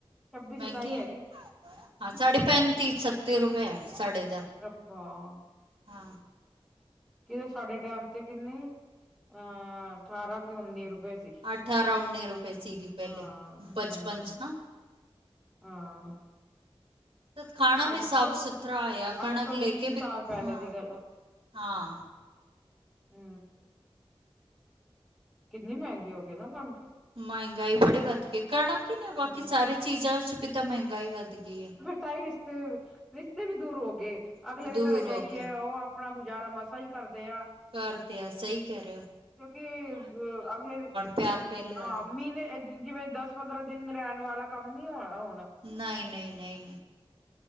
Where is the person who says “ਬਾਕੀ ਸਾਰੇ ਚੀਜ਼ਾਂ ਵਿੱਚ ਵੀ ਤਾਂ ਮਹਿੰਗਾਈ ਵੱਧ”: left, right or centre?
Right